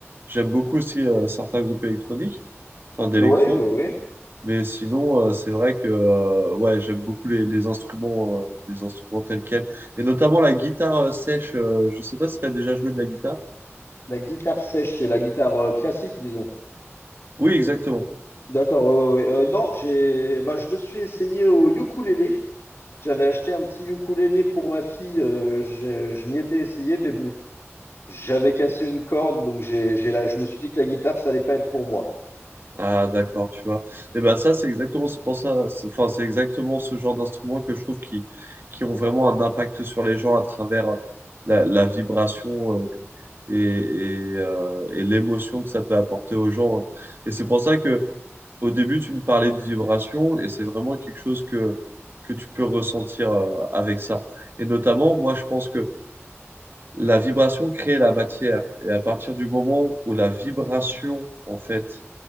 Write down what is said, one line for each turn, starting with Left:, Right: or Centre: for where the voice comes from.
Right: j'aime beaucoup aussi euh, certains groupes électroniques, enfin d'électro.
Left: Oui, oui, oui.
Right: Mais sinon, euh, c'est vrai que euh, ouais, j'aime beaucoup les, les instruments, euh, les instruments tels quels, et notamment la guitare euh, sèche. euh, je sais pas si tu as déjà joué de la guitare.
Left: La guitare sèche, c'est la guitare euh, classique, disons.
Right: Oui, exactement.
Left: D'accord, oui, oui, oui. Euh, non, j'ai, bah, je me suis essayé au ukulélé. J'avais acheté un petit ukulélé pour ma fille. euh, je, je m'y étais essayé, mais bon, j'avais cassé une corde, donc j'ai, j'ai la- je me suis dit que la guitare, ça allait pas être pour moi.
Right: Ah, d'accord, tu vois. Et ben ça, c'est exactement ce pour ça. c'est- Enfin, c'est exactement ce genre d'instruments que je trouve qui, qui ont vraiment un impact sur les gens à travers euh, la, la vibration euh, et, et, euh, et l'émotion que ça peut apporter aux gens. hein. Et c'est pour ça que Au début, tu me parlais de vibration et c'est vraiment quelque chose que, que tu peux ressentir euh, avec ça. Et notamment, moi, je pense que la vibration crée la matière. Et à partir du moment où la vibration, en fait,